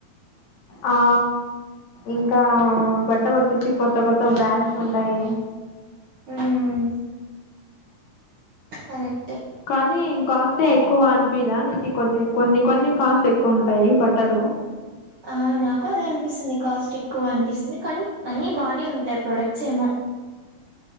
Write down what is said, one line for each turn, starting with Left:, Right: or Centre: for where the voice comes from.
Left: ఆ ఇంకా బట్టలు వచ్చేసి కొత్త కొత్త బ్రాండ్స్ ఉంటాయి
Right: మ్మ్ కరెక్ట్
Left: కానీ కాస్ట్ే ఎక్కువ అనిపిదా నీకు కొద్ది కొన్ని కొన్ని కాస్ట్ ఎక్కువ ఉంటాయి బట్టలు
Right: ఆ నాకు అది అనిపిస్తుంది కాస్టిక్ ఎక్కువ అనిపిస్తుంది కానీ అన్నిీ బానే ఉంటాయి ప్రోడక్ట్స్ ఏమో